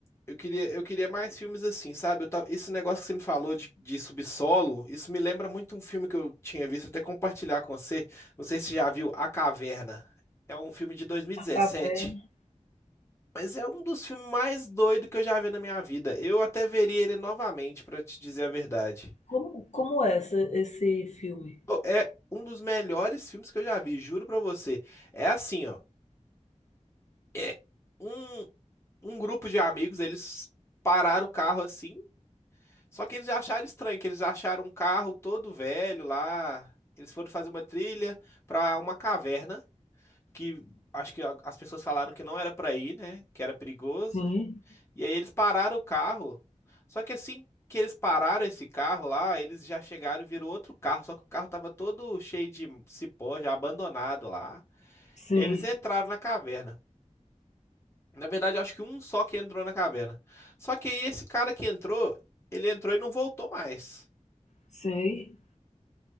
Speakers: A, on the left; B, on the left.
A: Eu queria, eu queria mais filmes assim, sabe? Eu tava- esse negócio que você me falou de, de subsolo, isso me lembra muito um filme que eu tinha visto, até compartilhar com você. Não sei se você já viu A Caverna. É um filme de 2017,
B: A caverna.
A: mas é um dos filmes mais doidos que eu já vi na minha vida. Eu até veria ele novamente, pra te dizer a verdade.
B: Como, como é esse, esse filme?
A: Pô, É um dos melhores filmes que eu já vi, juro pra você. É assim, ó. É um, um grupo de amigos, eles pararam o carro assim Só que eles acharam estranho, que eles acharam um carro todo velho lá. Eles foram fazer uma trilha pra uma caverna que acho que a- as pessoas falaram que não era pra ir, né? Que era perigoso.
B: Sim,
A: E aí eles pararam o carro. Só que assim que eles pararam esse carro lá, eles já chegaram e viram outro carro, só que o carro tava todo cheio de cipó, já abandonado lá.
B: sim,
A: E aí eles entraram na caverna. Na verdade, eu acho que um só que entrou na caverna. Só que aí esse cara que entrou, ele entrou e não voltou mais.
B: sei.